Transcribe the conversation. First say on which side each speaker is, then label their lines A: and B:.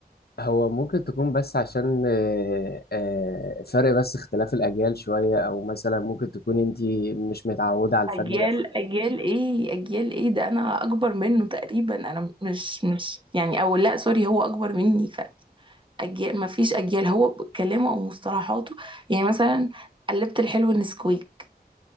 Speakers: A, on the left; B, on the right.
A: هو ممكن تكون بس عشان آه، آه، فرق بس اختلاف الاجيال شوية او مثلا ممكن تكون انتي مش متعودة على الفن
B: اجيال
A: ده
B: اجيال ايه اجيال ايه ده انا اكبر منه تقريبا انا مش مش يعني او لا سوري هو اكبر مني فاجيال ما فيش اجيال هو كلامه او مصطلحاته يعني مثلا قلبت الحلو نسكويك